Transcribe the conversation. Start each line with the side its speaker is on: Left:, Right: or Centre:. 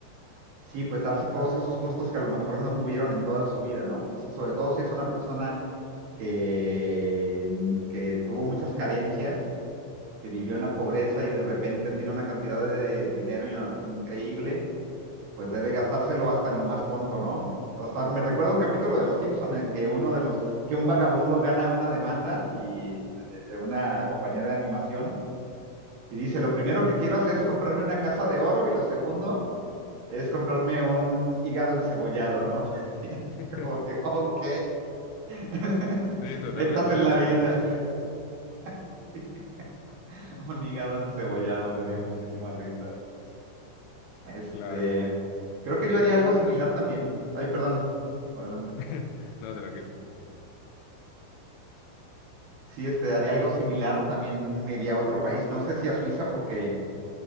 Right: Sí, pues darse todos esos gustos que a lo mejor no tuvieron en toda su vida, ¿no? O sea, sobre todo si es una persona que, mm, que tuvo muchas carencias, que vivió en la pobreza y de repente tiene una cantidad de dinero in- increíble, pues debe gastárselo hasta en lo más tonto, ¿no? Hasta me recuerdo un capítulo de Los Simpson en que uno de los, que un vagabundo gana una demanda y de de una compañía de animación y dice, lo primero que quiero hacer es comprarme una casa de oro y lo segundo es comprarme un hígado encebollado, ¿no? <laughs> Así
Left: <laughs>
Right: Como que, ok, <laughs>
Left: Sí, totalmente,
Right: metas en
Left: las
Right: la vida.
Left: prioridades.
Right: <laughs> Un hígado encebollado me dio muchísima risa. Este,
Left: Claro.
Right: creo que
Left: Ahí,
Right: yo haría
Left: ahí
Right: algo
Left: es donde
Right: similar
Left: se nota.
Right: también. Ay, perdón, adelante.
Left: <laughs> No, tranquilo.
Right: Sí, este, haría algo similar. También me iría a otro país. No sé si a Suiza porque